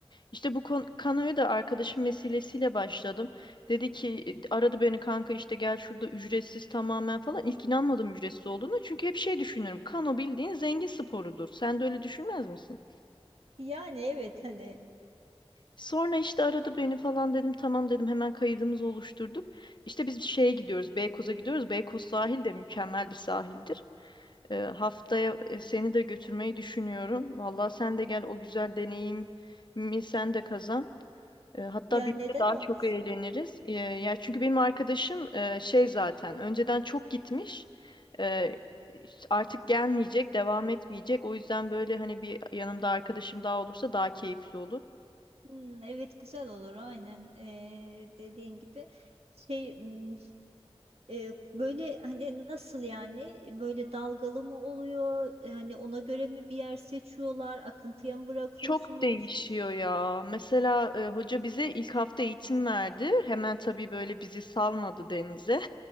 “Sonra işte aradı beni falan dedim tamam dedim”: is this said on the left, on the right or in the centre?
Left